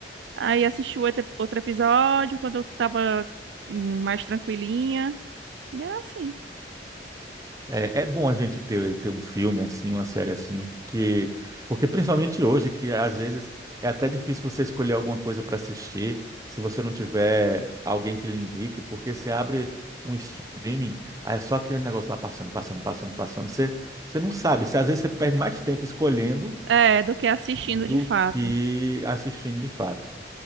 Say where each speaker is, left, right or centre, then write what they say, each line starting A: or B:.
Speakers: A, on the right; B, on the right.
A: Aí assisti o outro outro episódio quando eu tava hum, mais tranquilinha. E Era assim.
B: É, é bom a gente ter, ter um filme assim, uma série assim, que, porque principalmente hoje, que às vezes é até difícil você escolher alguma coisa para assistir, se você não tiver alguém que lhe indique, porque você abre um streaming, aí é só aquele negócio lá passando, passando, passando, passando, você, você não sabe, você, às vezes você perde mais tempo escolhendo
A: É, do que assistindo
B: do
A: de fato.
B: que assistindo de fato.